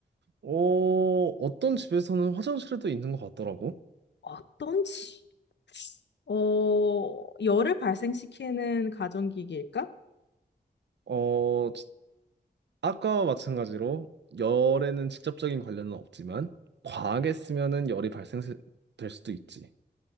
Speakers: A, on the right; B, on the left.
A: 어, 어떤 집에서는 화장실에도 있는 것 같더라고.
B: 어떤지. 어, 열을 발생시키는 가전기기일까?
A: 어, 지- 아까와 마찬가지로 열에는 직접적인 관련은 없지만 과하게 쓰면은 열이 발생될 수도 있지.